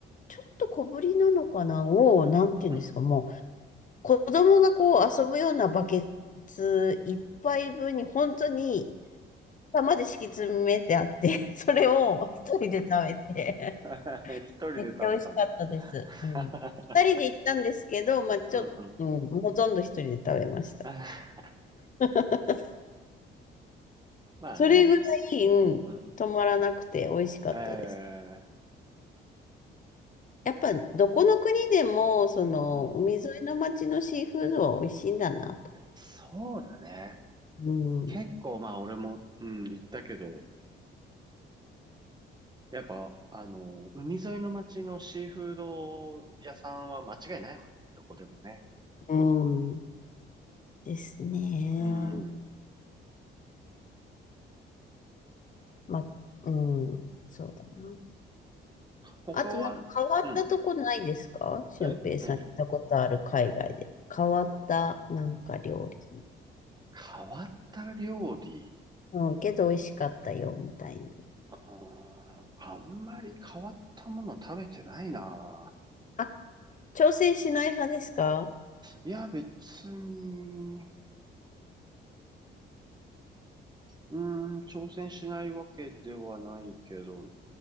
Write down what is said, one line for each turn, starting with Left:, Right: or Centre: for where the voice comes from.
Left: ちょっと小ぶりなのかなを、なんて言うんですか、
Right: うん
Left: もう、子供がこう遊ぶようなバケツ一杯分に本当に玉で敷き詰めてあって、<laughs> それを一人で食べて、
Right: <laughs> 一人で食べたんだ。
Left: めっちゃ美味しかったです。うん。
Right: <laughs>
Left: 二人で行ったんですけど、まあちょっと、
Right: うんうん。
Left: うん、ほとんど一人で食べました。
Right: <laughs>
Left: <laughs>
Right: まあね。
Left: それぐらい、うん、
Right: うん。
Left: 止まらなくて美味しかったです。
Right: ええ
Left: やっぱ、どこの国でも、その、
Right: うん。
Left: 海沿いの町のシーフードは美味しいんだなと。
Right: そうだね。
Left: うん。
Right: 結構まあ俺も、うん、行ったけど、やっぱ、あの、海沿いの町のシーフード屋さんは間違いないもんね。どこでもね。
Left: うん。ですね。
Right: うん。
Left: まあ、うん。そうだな。
Right: 他は、
Left: あと、なんか変わったとこないですか俊平さん行ったことある海外で。
Right: うん。え、何
Left: 変わった、なんか料理。
Right: 変わった料理。
Left: うん、けど美味しかったよ、みたいな。
Right: うーんあんまり変わったもの食べてないな。
Left: あ、挑戦しない派ですか
Right: いや、別に、うーん、挑戦しないわけではないけど